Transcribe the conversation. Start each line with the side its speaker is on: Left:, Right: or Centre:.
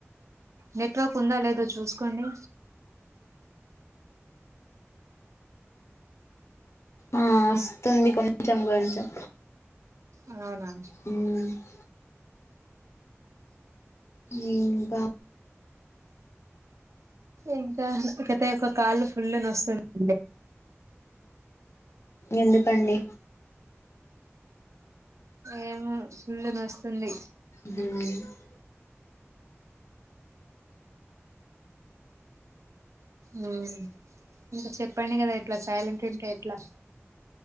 Right: నెట్వర్క్ ఉందా లేదో చూసుకోండి.
Left: ఆ అస్తుంది కొంచెం కొంచెం.
Right: అవునా
Left: హ్ ఇంకా
Right: ఇంకా నాకయితే ఒక కాళ్ళు ఫుల్ నొస్తుండే.
Left: ఎందుకండి?
Right: ఏమో ఫుల్లు నొస్తుంది.
Left: ఆ
Right: ఆ ఇంక చెప్పండి కదా ఇట్లా సైలెంట్ ఉంటే ఎట్లా.